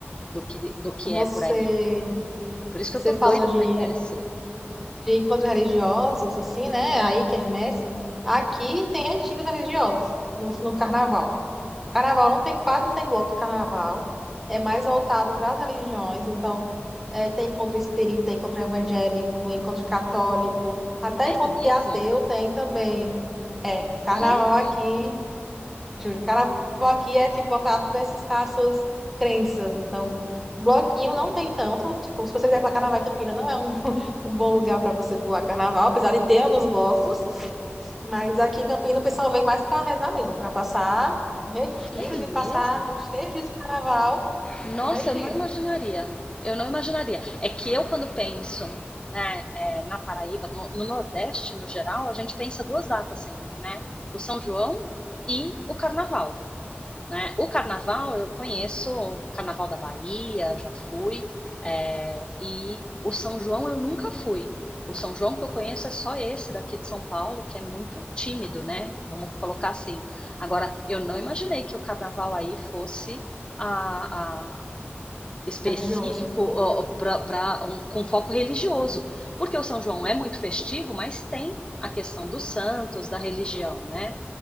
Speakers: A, on the left (about 25°); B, in the centre.
A: do que do que
B: você,
A: é por aí. Por isso que
B: você
A: eu tô
B: falou
A: doida
B: de,
A: para ir conhecer.
B: de encontros religiosos, assim, né? Aí, quermesse. Aqui tem retiros religiosos no, no carnaval. Carnaval não tem, quase não tem bloco de carnaval. É mais voltado para as religiões. Então, é, tem encontro espírita, encontro evangélico, encontro católico, até
A: É
B: encontro
A: mesmo?
B: de ateu tem também. É, carnaval
A: Gente,
B: aqui, Júlio, carnaval aqui é tipo voltado para essas casos, crenças. Então, bloquinho não tem tanto. Tipo, se você quiser pular carnaval em Campina, não é um, <laughs> um bom lugar para você pular carnaval, apesar de ter alguns blocos. Mas aqui em Campinas o pessoal vem mais para rezar mesmo, para passar retiros
A: é
B: e
A: mesmo?
B: passar os três dias de carnaval
A: Nossa,
B: no retiro
A: eu não imaginaria. Eu não imaginaria. É que eu, quando penso, né, é, na Paraíba, no, no Nordeste, no geral, a gente pensa duas datas sempre, né? O São João e o Carnaval, né? O Carnaval, eu conheço o Carnaval da Bahia, já fui, é, e o São João eu nunca fui. O São João que eu conheço é só esse daqui de São Paulo, que é muito tímido, né? Vamos colocar assim. Agora, eu não imaginei que o carnaval aí fosse a, a, específico
B: religioso.
A: ó, pra, pra um- com foco religioso, porque o São João é muito festivo, mas tem a questão dos santos, da religião, né?